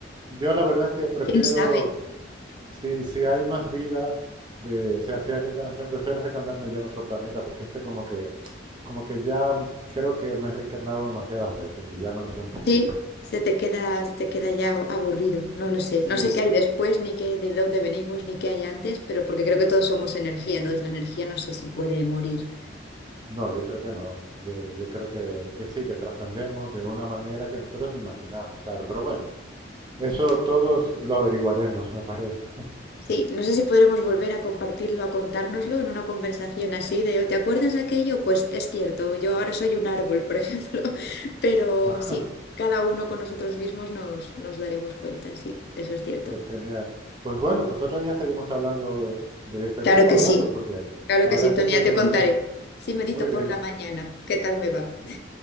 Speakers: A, on the right; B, on the left.
A: Yo la verdad es que prefiero
B: ¿Quién sabe?
A: Si, si hay más vida de, o sea, si hay reencarnación, prefiero reencarnarme ya en otro planeta, porque este como que, como que ya creo que me he reencarnado demasiadas veces y ya me lo sé un poquito.
B: Sí, se te queda, se te queda ya aburrido, no lo sé.
A: Sí,
B: No sé qué hay después, ni qué de dónde venimos, ni qué hay antes, pero porque creo que todos somos energía, entonces la energía
A: s-
B: no sé si puede morir.
A: no, yo creo que no. Yo, yo creo que, que sí, que trascendemos de una manera que nosotros ni imaginamos, claro. Pero bueno, eso todos lo averiguaremos, me parece.
B: Sí, no sé si podremos volver a compartirlo, a contárnoslo en una conversación así de, "Oh, ¿te acuerdas de aquello? Pues es cierto, yo ahora soy un árbol, por ejemplo, <laughs> pero
A: <laughs> Ajá,
B: sí, cada uno con nosotros mismos nos, nos daremos cuenta, sí, eso es cierto.
A: Pues genial. Pues bueno, pues otro día seguimos hablando de este
B: Claro
A: tema
B: que
A: o
B: sí,
A: de otros, porque
B: claro
A: la
B: que
A: verdad
B: sí, Tonia,
A: es que fluye
B: te
A: muy
B: contaré.
A: bien.
B: Sí, medito
A: Muy bien.
B: por la mañana, ¿qué tal me va? <laughs>